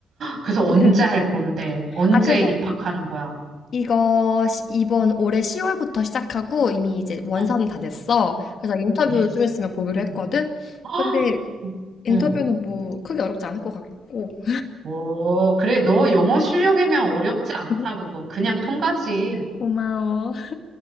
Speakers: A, on the right; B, on the left.
A: 그래서 언제
B: <laughs>
A: 할 건데? 언제
B: 아, 그래서
A: 입학하는 거야?
B: 이거 시- 이번 올해 10월부터 시작하고 이미 이제 원사는
A: 응.
B: 다 됐어. 그래서 인터뷰
A: 네스.
B: 좀 있으면 보기로 했거든.
A: 응. 아!
B: 근데 인터뷰는
A: 응.
B: 뭐 크게 어렵지 않을 것 같고.
A: 오, 그래. 너 영어 실력이면 어렵지 않다,
B: <laughs>
A: 그건. 그냥 통과지.
B: 고마워.